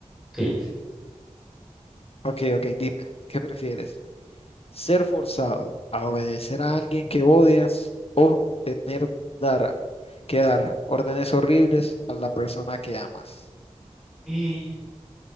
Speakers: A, in the centre; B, on the left.
A: Sí,
B: Ok, ok, dime, ¿qué prefieres? ¿Ser forzado a obedecer a alguien que odias o tener dar, que dar órdenes horribles a la persona que amas?
A: sí. <gasps>